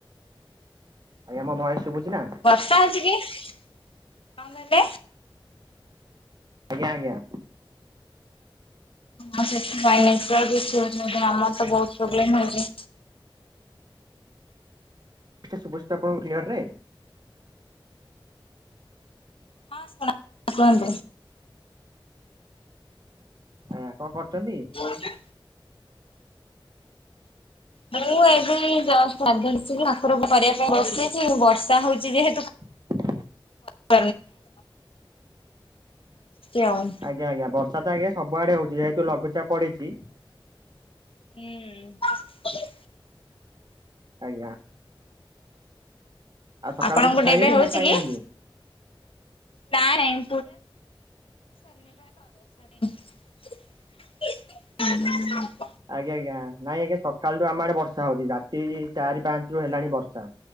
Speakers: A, on the right; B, on the left.
A: ଆଜ୍ଞା ମୋ ଭଏସ୍ ଶୁଭୁଚି ନା?
B: ବର୍ଷା ହଉଚି କି? କଁ କହିଲେ?
A: ଆଞା ଆଜ୍ଞା।
B: ଆମ ସେଥିପାଇଁ ନେଟୱାର୍କ ଇସୁ ହୋଉଚି ବୋଧେ ଆମର ତ ବହୁତ ପ୍ରୋବ୍ଲେମ୍ ହଉଚି।
A: ଟିକେ ଶୁଭୁଚି ତ ଆପଣଙ୍କୁ କ୍ଳିଅର୍ ରେ?
B: ହଁ ଶୁଣା ଶୁଣାଦେ
A: ଆଁ କଁ କରୁଚନ୍ତି?
B: ବଇତି ମୁଁ ଏବେ ଏଇ ଜଷ୍ଟ ଗାଧେଇ ଲିସିଲି ଠାକୁର ପୂ କରିବା ପାଇଁ ବସିଚି ବର୍ଷା ହଉଚି ଯେହେତୁ
A: <inaudible>
B: <inaudible> ଆଉ
A: ଆଜ୍ଞା ଆଜ୍ଞା। ବର୍ଷା ତ ଆଜ୍ଞା ସବୁଆଡେ ହଉଛି ଯେହେତୁ ଲଘୁଚାପ ପଡିଛି।
B: ହୁଁ।
A: ଆଜ୍ଞା। ଆଉ ସକାଳୁ
B: ଆପଣଙ୍କୁ
A: କିଛି
B: ପଟେ
A: ଖାଇଲେଣି
B: ଏବେ ହଉଛି
A: ନା ଖାଇନାହାନ୍ତି?
B: କି? ନାଇ ନାଇଁ <unintelligible> ଉମ୍
A: ଆଜ୍ଞା ଆଜ୍ଞା। ନାଇଁ ଆଜ୍ଞା ସକାଳଠୁ ଆମ ଆଡେ ବର୍ଷା ହଉଛି। ରାତି ଚାରି ପାଞ୍ଚ ରୁ ହେଲାଣି ବର୍ଷା।